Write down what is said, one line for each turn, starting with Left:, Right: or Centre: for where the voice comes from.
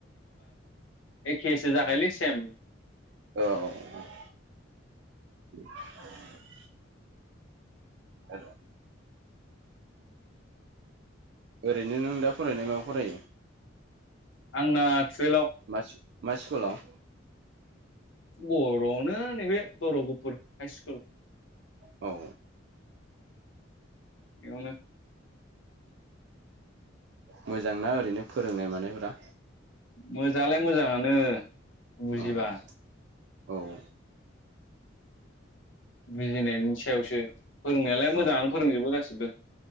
Left: एखेसे जाखायलि सेम
Right: औ हा ओरैनो नों दा फरायनाय मायाव फरायो?
Left: आंना टुवेल्भआव।
Right: मा मा स्कुलाव?
Left: बर'आवनो नैबे बर' गुफुर हाइ स्कुल-
Right: औ
Left: इयावनो-
Right: मोजांना ओरैनो फोरोंनाय मानायफोरा
Left: मोजांआलाय मोजाङानो। बुजिबा
Right: औ-औ
Left: बिजिनायनि सायावसो फोरोंनायालाय मोजाङानो
Right: औ
Left: फोरोंजोबो गासिबो।